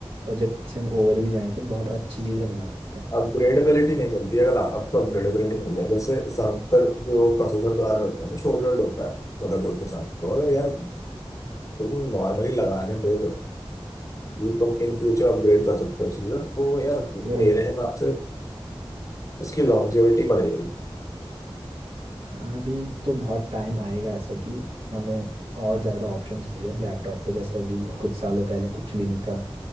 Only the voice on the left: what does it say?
अपग्रेडेबिलिटी नहीं मिलती है अगर लैपटॉप को अपग्रेडेबिलिटी मिल जाए जैसे ज्यादातर जो प्रोसेसर कार होते हैं वो शोल्डर्ड होता है मदरबोर्ड के साथ तो अगर यार तुम नॉर्मली लगाने दे दो ये तुम इन फ्यूचर अपग्रेड कर सकते हो चीज ना तो यार
मेरे हिसाब से उसकी लॉन्जेविटी बढ़ जाएगी